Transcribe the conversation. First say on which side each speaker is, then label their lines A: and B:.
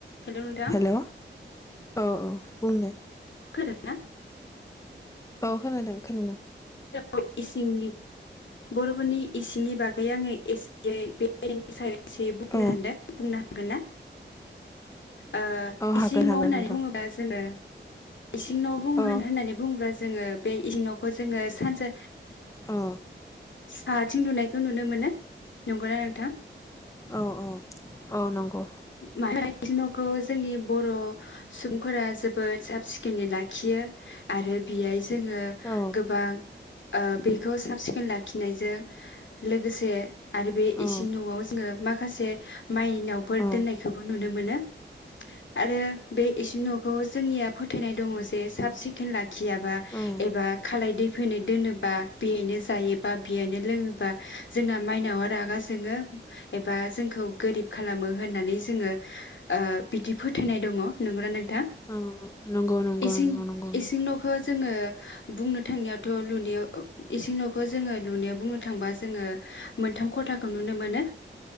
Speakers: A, on the left; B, on the left.
A: हेल' नोंथां
B: हेलौ औ औ बुंदे
A: खोना दोंना?
B: औ खोनादों खोनादों
A: औ इसिंनि बर'फोरनि इसिंनि बागै आङो एसेयै बेनि सायाव एसेै बुंनो
B: औ
A: सानदों बुंनो हागोन ना? ओ
B: औ
A: इसिं
B: हागोन
A: न'होननानै
B: हागोन नोंथां
A: बुङोबा जोङो इसिं न' बु होन
B: औ
A: होननानै बुङोब्ला जोङो बे इसिं न'खौ जोङो सानजा
B: औ
A: साहाथिं लुनाय बेखौ नुनो मोनो नंगौना नोंथां
B: औ औ औ नंगौ
A: मा न'खौ जोंनि बर' सुबुंफोरा जोबोद साब सिखोनै लाखियो आरो बेहाय ज जोङो
B: औ
A: गोबां ओ बेखौ साब सिखोन लाखिनायजों लोगोसे आरो बे इसिं
B: औ
A: न'आव जोङो माखासे माइनाव फोर
B: औ
A: दोननायखौबो नुनो मोनो आरो बे इसि न'खौ जोंनिया फोथायनाय दङ जे साब सिखोन लाखि खियाबा
B: औ
A: एबा खालाय दै फैनो दोनोबा बेनो ज जायोबा बेयनो लोङोबा जोंना माइनावा रागा जोङो। एबा जोंखौ गोरिब खालामो। होननानै जोङो ओ बिदि फोथायनाय दङ नंगौना? नोंथां
B: औ नंगौ नंगौ
A: इसिं
B: नंगौ नंगौ
A: इसिं न'खौ जोङो बुंनो थांनायावथ' लुनायाव इसिं न'खौ जोङो लुनायाव बुंनो थांबा जोङो मोनथाम ख'थाखौ नुनो मोनो।